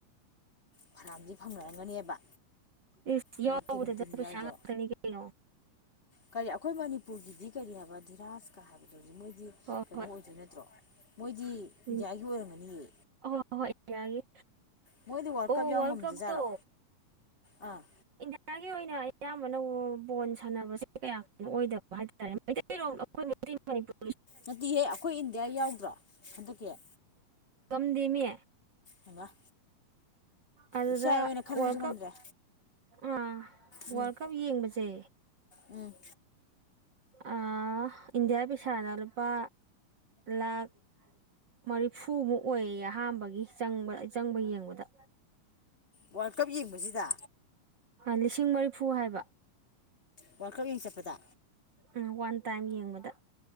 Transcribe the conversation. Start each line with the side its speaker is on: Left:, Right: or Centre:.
Left: ꯐꯅꯌꯥꯝꯗꯤ ꯐꯪꯅꯔꯝꯒꯅꯦꯕ
Right: ꯑꯦ
Left: ꯃꯣꯏ
Right: ꯌꯥꯎꯕꯗ
Left: ꯇꯤꯝ ꯇꯤꯝ
Right: ꯄꯩꯁꯥ
Left: ꯌꯥꯎꯏꯗꯣ
Right: ꯉꯥꯛꯇꯅꯤ ꯀꯩꯅꯣ
Left: ꯀꯔꯤ ꯑꯩꯈꯣꯏ ꯃꯅꯤꯄꯨꯔꯒꯤꯗꯤ ꯀꯔꯤ ꯍꯥꯏꯕ ꯙꯤꯔꯥꯖꯀ ꯍꯥꯏꯕꯗꯨ ꯍꯧꯛ ꯃꯣꯏꯗꯤ
Right: ꯍꯣꯏ
Left: ꯀꯩꯅꯣ
Right: ꯍꯣꯏ
Left: ꯑꯣꯏꯗꯣꯏ ꯅꯠꯇ꯭ꯔꯣ ꯃꯣꯏꯗꯤ
Right: ꯎꯝ
Left: ꯏꯟꯗꯤꯌꯥꯒꯤ ꯑꯣꯏꯔꯝꯒꯅꯤꯌꯦ
Right: ꯍꯣꯏ ꯍꯣꯏ ꯏꯟꯗꯤꯌꯥꯒꯤ
Left: ꯃꯣꯏꯗꯤ
Right: ꯑꯣ
Left: ꯀꯞ ꯌꯥꯎ
Right: ꯋꯥꯔꯜ
Left: ꯉꯝꯗꯖꯥꯠꯔꯣ
Right: ꯀꯞꯇꯣ
Left: ꯑꯥ
Right: ꯏꯗꯤꯌꯥ ꯑꯩꯇꯩ ꯑꯣꯏꯅ ꯑꯌꯥꯝꯕꯅ ꯕꯣꯟ ꯁꯥꯟꯅꯕꯁꯦ ꯀꯌꯥ ꯀꯅꯣ ꯑꯣꯏꯗꯕ ꯍꯥꯏꯇꯥꯔꯦ ꯃꯩꯇꯩꯔꯣꯝ ꯑꯩꯈꯣꯏ ꯃꯩꯇꯩ ꯃꯅꯤꯄꯨꯔ
Left: ꯅꯠꯇꯦꯍꯦ ꯑꯩꯈꯣꯏ ꯏꯟꯗꯤꯌꯥ ꯌꯥꯎꯗ꯭ꯔꯣ ꯍꯟꯗꯛꯀꯤ
Right: ꯉꯝꯗꯦꯃꯤ
Left: ꯍꯩꯃꯥ
Right: ꯑꯗꯨꯗ
Left: ꯏꯁꯥꯒꯤ ꯑꯣꯏꯅ ꯈꯟꯕꯁꯨ
Right: ꯋꯥꯔꯜ
Left: ꯉꯝꯗ꯭ꯔꯦ
Right: ꯀꯞ ꯑꯥ
Left: ꯎꯝ
Right: ꯋꯥꯔꯜꯗ ꯀꯞ ꯌꯦꯡꯕꯁꯦ
Left: ꯎꯝ
Right: ꯑꯥ ꯏꯟꯗꯤꯌꯥ ꯄꯩꯁꯥꯅ ꯂꯨꯄꯥ ꯂꯥꯈ ꯃꯔꯤꯐꯨꯃꯨꯛ ꯑꯣꯏꯌꯦꯌꯦ ꯑꯍꯥꯥꯟꯕꯒꯤ ꯆꯪꯕ ꯆꯪꯕ ꯌꯦꯡꯕꯗ
Left: ꯋꯥꯔꯜ ꯀꯞ ꯌꯦꯡꯕꯁꯤꯗ
Right: ꯂꯤꯁꯤꯡ ꯃꯔꯤꯐꯨ ꯍꯥꯏꯕ
Left: ꯋꯥꯔꯜ ꯀꯞ ꯌꯦꯡ ꯆꯠꯄꯗ
Right: ꯎꯝ ꯋꯥꯟ ꯇꯥꯏꯝ ꯌꯦꯡꯕꯗ